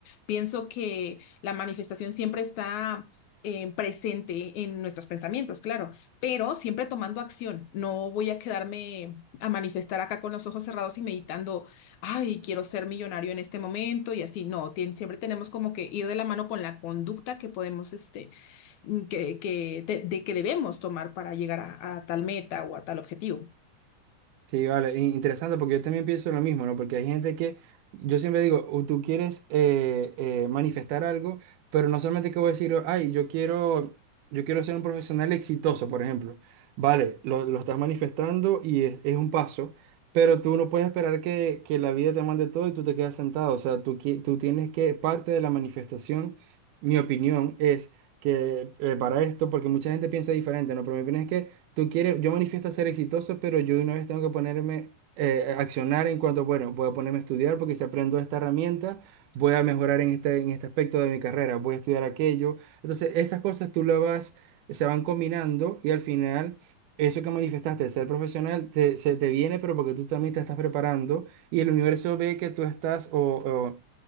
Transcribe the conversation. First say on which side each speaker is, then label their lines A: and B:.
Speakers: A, on the left; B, on the right.
A: Pienso que la manifestación siempre está eh, presente en nuestros pensamientos, claro pero siempre tomando acción. No voy a quedarme a manifestar acá con los ojos cerrados y meditando, ay, quiero ser millonario en este momento y así. No, tien- siempre tenemos como que ir de la mano con la conducta que podemos, este, mm, que, que, de, de que debemos tomar para llegar a, a tal meta o a tal objetivo.
B: Sí, vale, in- interesante porque yo también pienso lo mismo, ¿no? Porque hay gente que, yo siempre digo, o tú quieres eh, eh, manifestar algo, pero no solamente que voy a decir, ay, yo quiero, yo quiero ser un profesional exitoso, por ejemplo. Vale, lo, lo estás manifestando y es, es un paso, pero tú no puedes esperar que, que la vida te mande todo y tú te quedas sentado. O sea, tú, qui- tú tienes que, parte de la manifestación, mi opinión es que eh, para esto, porque mucha gente piensa diferente, ¿no? Pero mi opinión es que tú quieres, yo manifiesto ser exitoso, pero yo de una vez tengo que ponerme, eh, accionar en cuanto, bueno, voy a ponerme a estudiar porque si aprendo esta herramienta, voy a mejorar en este, en este aspecto de mi carrera, voy a estudiar aquello. Entonces, esas cosas tú las vas, se van combinando y al final... Eso que manifestaste de ser profesional te, se te viene, pero porque tú también te estás preparando y el universo ve que tú estás o,